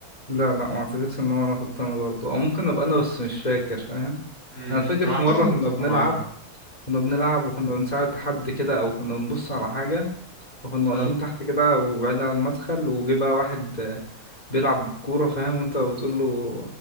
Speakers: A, on the left (about 25°); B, on the left (about 55°).
A: لا لا ما اعتقدش ان انا اخدت انا برضه او ممكن ابقى انا بس مش فاكر فاهم
B: امم
A: انا فاكر
B: اعتقد
A: في مره
B: انك
A: كنا
B: كنت
A: بنلعب
B: معانا
A: كنا بنلعب وكنا بنساعد حد كده او كنا بنبص على حاجه وكنا
B: امم
A: واقفين تحت كده وبعيد عن المدخل وجه بقى واحد آه، بيلعب بالكوره فاهم وانت بتقول له